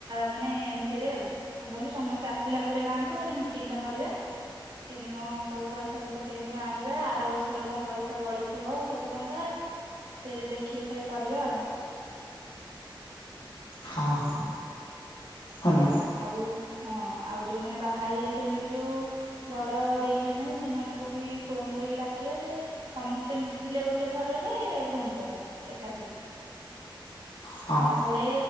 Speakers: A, on the right (about 80°); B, on the left (about 80°).
A: ମାନେ ଏମିତିରେ ଆଉ କଣ କହିଲୁ ସମସ୍ତେ ଆସିଲା ପରେ ଗାଁକୁ ତାପରେ ମିଟିଙ୍ଗ ଟା କରିବା କେମତି କଣ ସବୁ ପଇସା ଫଇସା କେମତି ଆଣିବା ଆର ବର୍ଷର କଣ ପଇସା ବଳିଥିବ କେ କେତେ ଟଙ୍କା ସେଇଟା ଦେଖି ଦେଖାଇ କରିବା ଆଉ।
B: ହଁ। ଭଲ।
A: ଆଉ ହଁ। ଆଉ ଯୋଉମାନେ ବାହା ହେଇ ଯାଇଛନ୍ତି ବି ଯୋଉ ବଡ ଦେଇ ମାନେ ସେମାନଙ୍କୁ ବି ଫୋନ କରିକି ଡାକି ସମସ୍ତେ ମିଶିଲେ ଗୋଟେ ଥରରେ ଫୋନ କରିବା ଏକାଥରେ।
B: ହଁ
A: ନହେଲେ